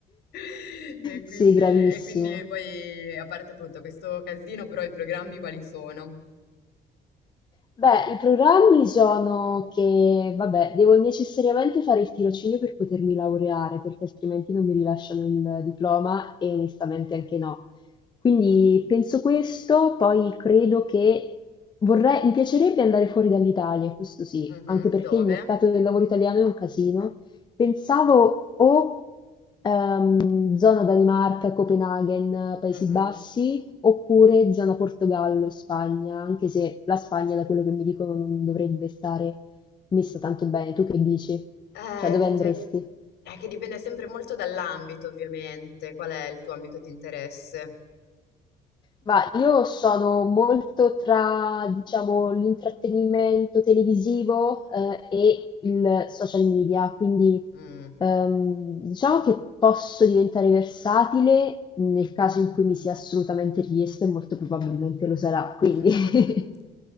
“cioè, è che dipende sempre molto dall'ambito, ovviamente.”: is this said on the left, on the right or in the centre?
Left